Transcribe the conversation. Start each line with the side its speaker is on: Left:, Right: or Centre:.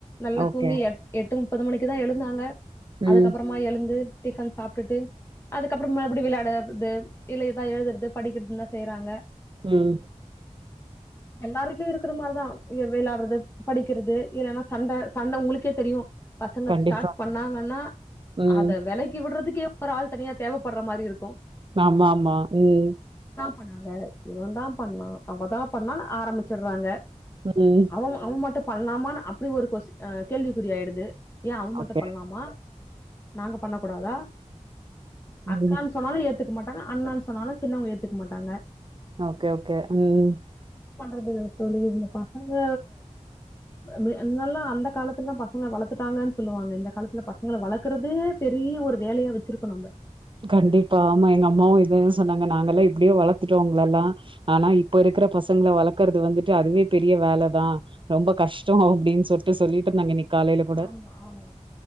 Left: நல்லா
Right: ஓகே
Left: தூங்கி எ எட்டுமுப் பத்து மணிக்கு தா எழுந்தாங்க
Right: ம்
Left: அதுக்கப்பறமா எழுந்து டிஃபன் சாப்டுட்டு அதுக்கப்புற மறுபடியு வெளயாடுறது இல்ல எதா எழுது படிக்குறது தா செய்றாங்க
Right: உம்
Left: எல்லார் வீட்லயு இருக்குற மாரி தா வெளயாடுறது படிக்குறது இல்லனா சண்ட சண்ட உங்ளுக்கே தெரியு பசங்க
Right: கண்டிப்பா
Left: ஸ்டார்ட் பண்ணாங்கன்னா
Right: ம்
Left: அத வெலக்கி விடுறதுக்கே ஒரு ஆள் தனியா தேவபடுற மாரி இருகு
Right: ஆமா ஆமா ம்
Left: பண்ணாங்க இவ தா பண்ணா அவதா பண்ணா ஆரம்பிச்சிடுவாங்க
Right: ம்
Left: அவல் அவ மட்டு பண்லாமானு அப்டி ஒரு கொஸ் அ கேள்விக்குறி யா யிடுது ஏ அவ மட்டு
Right: ஓகே
Left: பண்ணலாமா நாங்க பண்ண கூடாதா
Right: ம்
Left: அக்கானு சொன்னாலு ஏத்துக்க மாட்டாங்க அண்ணான்னு சொன் சொனாலு சின்னவங்க ஏதுக்க மாட்டாங்க
Right: ஓகே ஓகே ம்
Left: அது சொல்லியிந்துபா அங்க முன்னல்லா அந்த காலத்துலல்லா பசங்கள வளர்த்துட்டாங்கன்னு சொல்லுவாங்க இந்த காலத்துல பசங்கள வளர்க்கறதே பெரிய ஒரு வேலையா வச்சிருக்கனுங்க
Right: கண்டிப்பா ஆமா எங்க அம்மாவு இதேதா சொன்னாங்க நாங்கல்லா எப்படியோ வளர்த்துட்டோ உங்கலல்லா ஆனா இப்ப இருக்கிற பசங்கள வளர்க்கறது வந்துட்டு அதுவே பெரிய வேலைதா ரொம்ப கஷ்டோ அப்டின்னு சொல்ட்டு சொல்லிட்டுருந்தாங்க இன்னைக் காலையில கூட
Left: ஆமா ஆமா